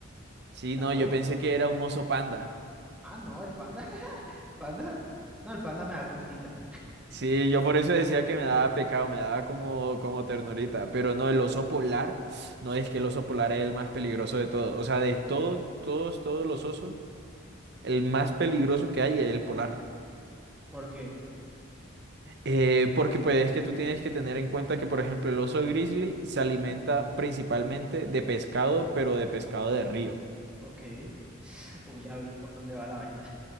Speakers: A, on the right; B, in the centre.
A: Sí,
B: claro.
A: no, yo pensé que era un oso panda.
B: Ah, no, el panda, <laughs> panda, no, el panda me da cosita,
A: Sí, yo por eso decía que me daba pecado, me daba como, como ternurita. Pero no, el oso polar, <sniffs> no es que el oso polar es el más peligroso de todos. O sea, de todo, todos, todos los osos, el más peligroso que hay es el polar.
B: porque,
A: Eh, porque pues es que tú tienes que tener en cuenta que, por ejemplo, el oso grizzly se alimenta principalmente de pescado, pero de pescado de río.
B: ok, uy, ya vi por dónde va la vaina.